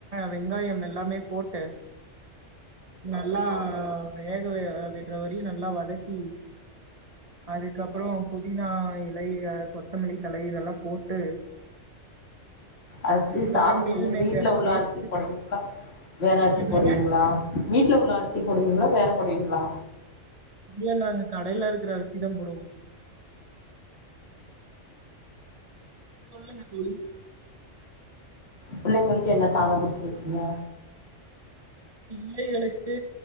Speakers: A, on the right (about 30°); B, on the left (about 55°).
A: வெங்காயம் எல்லாமே போட்டு நல்லா வேக விட்ற வரையு நல்லா வதக்கி அதுக்கப்றோ புதினா இலை கொத்தமல்லி தலை இதெல்லா போட்டு
B: அரச்சு
A: அதுக்கப்றோ
B: சாதம்
A: மீல்
B: வந்து
A: மேக்கர்
B: வீட்ல உள்ள
A: சேத்
B: அரிசி போடுவீங்ளா வேற அரிசி
A: என்னங்க
B: போடுவீங்ளா வீட்டுல உள்ள ச்சி போடுவீங்ளா வேற போடுவீங்ளா
A: இல்ல நாங்க கடையில ருக்குற அரிசிதாம் போடுவோ சொல்லுங்க தோளி
B: பிள்ளைங்களுக்கு என்ன சாதம் குட்த்துருக்கீங்க
A: பிள்ளைகளுக்கு